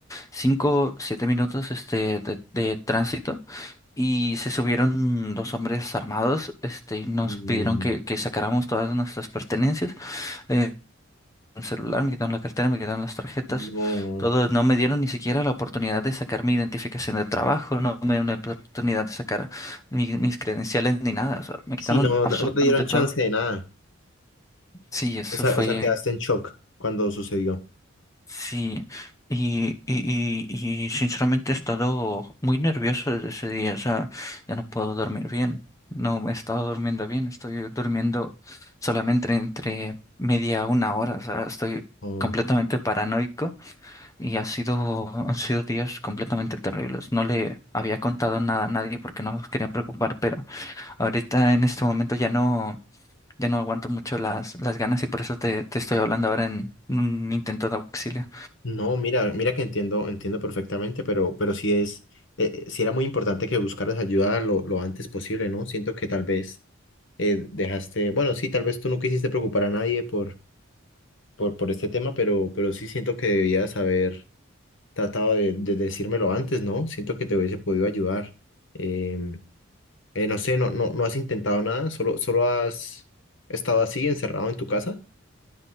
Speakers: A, on the left (about 15°); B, on the left (about 65°).
A: 5 7 minutos este, de, de tránsito y se subieron dos hombres armados, este, y nos
B: Mm,
A: pidieron que, que sacáramos todas nuestras pertenencias, eh, el celular, me quitaron la cartera, me quitaron las tarjetas,
B: no,
A: todo, no me dieron ni siquiera la oportunidad de sacar mi identificación de trabajo, no me dieron la oportunidad de sacar mi- mis credenciales ni nada, o sea, me quitaron
B: sí, no,
A: absolutamente
B: no te dieron
A: todo.
B: chance de nada.
A: Sí, eso
B: O sea,
A: fue
B: o sea, quedaste en shock cuando sucedió.
A: Sí, y, y, y, y sinceramente he estado muy nervioso desde ese día, o sea, ya no puedo dormir bien, no he estado durmiendo bien, estoy durmiendo solamente entre media a una hora, o sea, estoy
B: Oh,
A: completamente paranoico y ha sido, han sido días completamente terribles. No le había contado nada a nadie porque no quería preocupar, pero ahorita en este momento ya no, ya no aguanto mucho las, las ganas y por eso te, te estoy hablando ahora en un intento de auxilio.
B: no, mira, mira que entiendo, entiendo perfectamente, pero, pero sí es, eh, eh, sí era muy importante que buscaras ayuda lo, lo antes posible, ¿no? Siento que tal vez eh, dejaste, bueno, sí, tal vez tú no quisiste preocupar a nadie por, por, por este tema, pero, pero sí siento que debías haber tratado de, de decírmelo antes, ¿no? Siento que te hubiese podido ayudar. Em, eh, no sé, no, no, no has intentado nada, solo, solo has estado así, encerrado en tu casa.